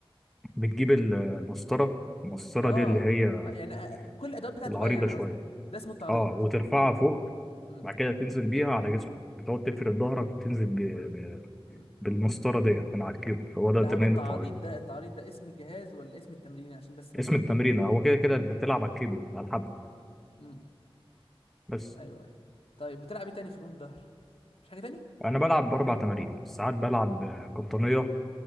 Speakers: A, in the centre; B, on the left.
A: بتجيب ال- المسطره المسطره
B: اه
A: دي اللي هي
B: يعني آه، بكل الادوات بتاعته
A: العريضه
B: بقى يعني
A: شويه
B: قصدك ده اسمه التعريض
A: اه وترفعها فوق
B: امم
A: بعد كده تنزل بيها على جسمك بتقعد تفرد ظهرك وتنزل ب... ب...
B: أمم.
A: بالمسطره ديت من على الكيبل هو ده
B: لا
A: تمرين
B: هو التعريض
A: التعريض
B: ده التعريض ده اسم الجهاز ولا اسم التمرين عشان بس ما يبقاش
A: اسم التمرين
B: في لخبطه
A: هو كده كده انت بتلعب على الكيبل على الحبل
B: امم
A: بس
B: ايوه ايوه طيب بتلعب ايه تاني في البوم ظهر مفيش حاجه تاني
A: انا بلعب باربع تمارين ساعات بلعب آه، قطنيه آه،